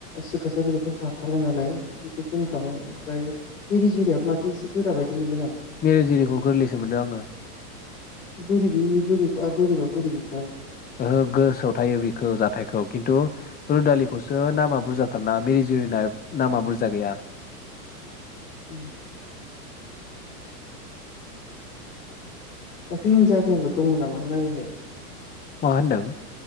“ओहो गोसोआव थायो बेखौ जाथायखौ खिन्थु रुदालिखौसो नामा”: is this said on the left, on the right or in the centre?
Left